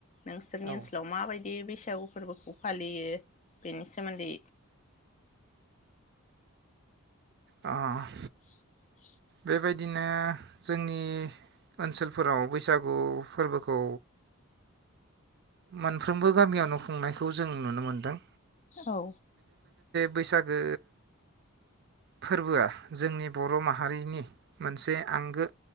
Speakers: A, on the left; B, on the right.
A: नोंसोरनि
B: औ ओ
A: ओनसलाव माबाय बे बैसागु फोरबोखौ फालियो बेनि सोमोन्दै।
B: आ
A: <inaudible>
B: बेबायदिनो जोंनि ओनसोलफोराव बैसागु फोरबोखौ मोनफ्रोमबो गामियावनो खुंनायखौ जों नुनो मोन्दों।
A: औ।
B: बैसागो फोरबोआ जोंनि बर' माहारिनि मोनसे आंगो